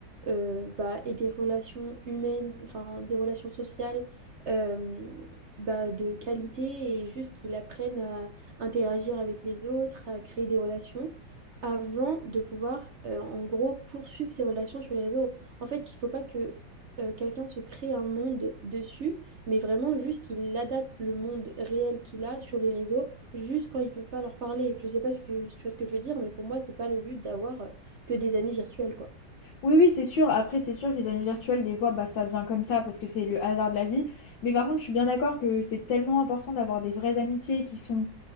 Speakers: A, on the right; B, on the left.
A: euh, bah, ait des relations humaines, enfin des relations sociales euh, bah, de qualité et juste qu'ils apprennent à interagir avec les autres, à créer des relations avant de pouvoir, euh, en gros, poursuivre ces relations sur les réseaux. En fait, il ne faut pas que euh, quelqu'un se crée un monde dessus, mais vraiment juste qu'il adapte le monde réel qu'il a sur les réseaux, juste quand ils ne peuvent pas leur parler. Je ne sais pas ce que, tu vois ce que je veux dire, mais pour moi, ce n'est pas le but d'avoir euh, que des amis virtuels, quoi.
B: Oui, oui, c'est sûr. Après, c'est sûr que les amis virtuels, des fois, bah, ça vient comme ça parce que c'est le hasard de la vie. Mais par contre, je suis bien d'accord que c'est tellement important d'avoir des vraies amitiés qui sont